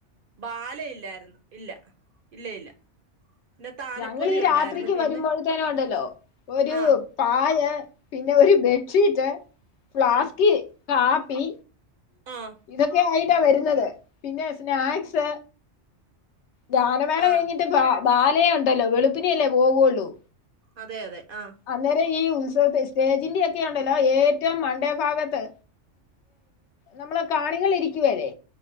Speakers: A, on the right (about 55°); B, on the left (about 70°).
A: ബാലയില്ലായിരുന്നു ഇല്ല ഇല്ല ഇല്ല. പിന്നെ താലപ്പൊലി
B: ഞങ്ങീഈ
A: ഉണ്ടായിരുന്നു
B: രാത്രിക്ക്
A: പിന്നെ
B: വരുമ്പോഴത്തേനെ ഉണ്ടല്ലോ ഒരു
A: ആ
B: പായ പിന്നെ ഒരു ബെഡ്ഷീറ്റ് ഫ്ലാസ്ക്
A: ആ
B: കാപ്പി
A: ആ
B: ഇതൊക്കെയിട്ടാ വരുന്നത് പിന്നെ സ്നാക്സ് ധാനമേള
A: ആ
B: കയിഞ്ഞിട്ട് ബ ബാലയേ ഉണ്ടല്ലോ വെളുപ്പിനേ അല്ലേ പോകുള്ളൂ.
A: അതെ അതെ ആഹ്.
B: അന്നേരം ഈ ഉത്സവത് സ്റ്റേജിന്റെ ഒക്കെണ്ടല്ലോ ഏറ്റവും മണ്ടേ ഭാഗത്ത്. നമ്മളെ കാണികൾ ഇരിക്കുവലെ.